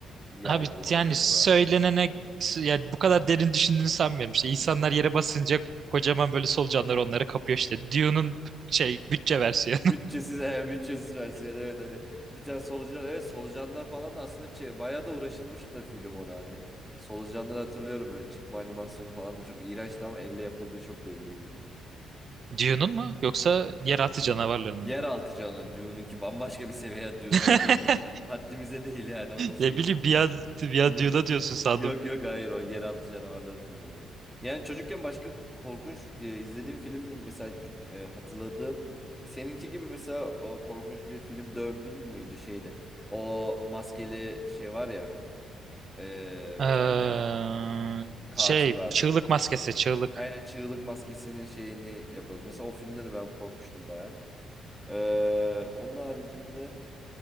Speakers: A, in the centre; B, on the right.
A: Yaydı
B: Abi
A: o
B: yani
A: toprağa.
B: söylenene yani bu kadar derin düşündüğünü sanmıyorum. İşte insanlar yere basınca kocaman böyle solucanlar onları kapıyor işte. Dune'un şey bütçe versiyonu.
A: Bütçesiz, he, bütçesiz versiyon evet hani bir tane solucan evet solucanlar falan da aslında çe- bayağı da uğraşılmış da film orada hani. Solucanları hatırlıyorum öyle çıkma animasyonu falan da çok iğrençti ama elle yapıldığı çok belliydi.
B: <laughs> Dune'un mu yoksa yeraltı canavarlarının
A: Yeraltı
B: mı?
A: canı Dune'un ki bambaşka bir seviye Dune'a
B: <laughs>
A: laf etmek <laughs> haddimize değil yani onun şeyini.
B: Ne bileyim bir an, bir
A: <laughs>
B: an Dune'a diyorsun sandım.
A: Yok yok hayır o Yeraltı Canavarları filmini. Yani çocukken başka korkunç e, izlediğim film mesela e, hatırladığım seninki gibi mesela o korkunç bir film dördün müydü şeyde. O maskeli şey var ya e,
B: Eee,
A: bir tane katil
B: şey
A: vardı.
B: çığlık maskesi çığlık.
A: Aynen çığlık maskesinin şeyini yapıyordu. Mesela o filmde de ben korkmuştum baya. E, onun haricinde